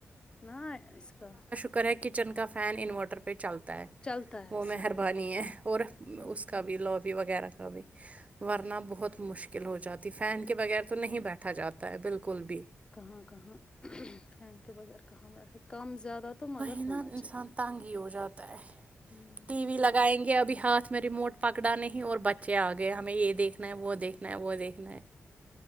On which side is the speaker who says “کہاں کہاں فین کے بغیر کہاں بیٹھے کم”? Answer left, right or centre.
Left